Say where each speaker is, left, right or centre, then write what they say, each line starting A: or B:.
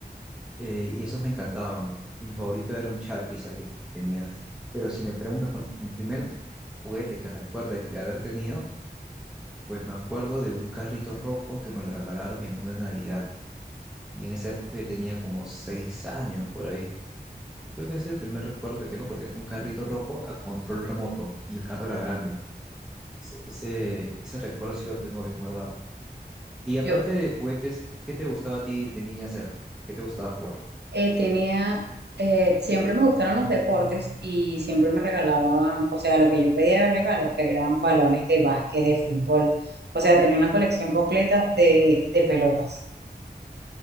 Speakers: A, in the centre; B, on the right.
A: eh, y esos me encantaban. Y mi favorito era un Charizard que tenía. Pero si me preguntas por el primer juguete que recuerdo de haber tenido, pues me acuerdo de un carrito rojo que me lo regalaron en una Navidad. Y en esa época yo tenía como seis años por ahí. Creo que es el primer recuerdo que tengo porque fue un carrito rojo a control remoto y el carro era grande. Ese, ese ese recuerdo sí lo tengo bien guardado. Y aparte
B: yo
A: de juguetes, ¿qué te gustaba a ti de niña hacer? ¿Qué te gustaba jugar?
B: eh, tenía, eh, siempre me gustaron los deportes y siempre me regalaban, o sea, lo que yo pedía de regalo, que eran balones de básquet, de fútbol, o sea, tenía una colección completa de, de pelotas,